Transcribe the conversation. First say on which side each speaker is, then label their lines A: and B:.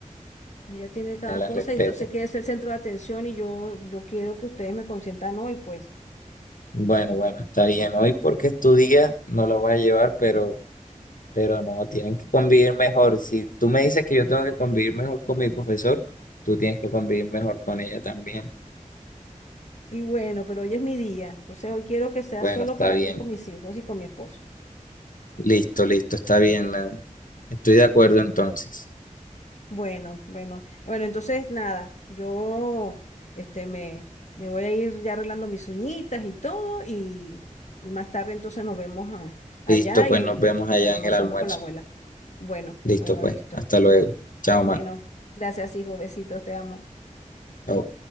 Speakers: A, on the left; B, on the left.
A: Ella tiene cada
B: me la
A: cosa
B: respeto.
A: y entonces quiere ser el centro de atención y yo, yo quiero que ustedes me consientan hoy, pues.
B: Bueno, bueno, está bien. Hoy porque es tu día, no la voy a llevar, pero, pero no, tienen que convivir mejor. Si tú me dices que yo tengo que convivir mejor con mi profesor, tú tienes que convivir mejor con ella también.
A: Y bueno, pero hoy es mi día, entonces hoy quiero que sea
B: Bueno,
A: solo
B: está
A: para
B: bien.
A: mí, con mis hijos y con mi esposo.
B: Listo, listo, está bien. la- Estoy de acuerdo entonces.
A: Bueno, bueno, bueno, entonces nada, yo este me, me voy a ir ya arreglando mis uñitas y todo y, y más tarde entonces nos vemos a- allá
B: Listo, pues
A: y,
B: nos vemos
A: y
B: allá
A: almorzamos
B: en el almuerzo.
A: con la abuela. Bueno,
B: Listo,
A: bueno,
B: pues,
A: listo.
B: hasta luego. Chao,
A: Bueno,
B: ma.
A: gracias hijo, besitos, te amo.
B: Chao.